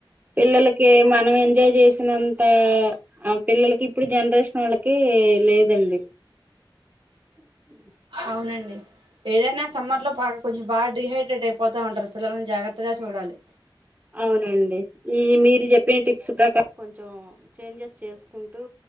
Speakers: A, on the right (about 20°); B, on the right (about 75°).
A: పిల్లలకి మనం ఎంజాయ్ చేసినంత ఆ పిల్లలకి ఇప్పుడు జనరేషన్ వాళ్ళకి లేదండి. <unintelligible>
B: అవునండి ఏదైనా సమ్మర్ లో బాగా కొంచెం బాగా డీహైడ్రేట్ అయిపోతా ఉంటారు పిల్లల్ని జాగ్రత్తగా చూడాలి.
A: అవునండి ఈ మీరు చెప్పిన టిప్స్ ప్రకారం కొంచెం చేంజెస్ చేసుకుంటూ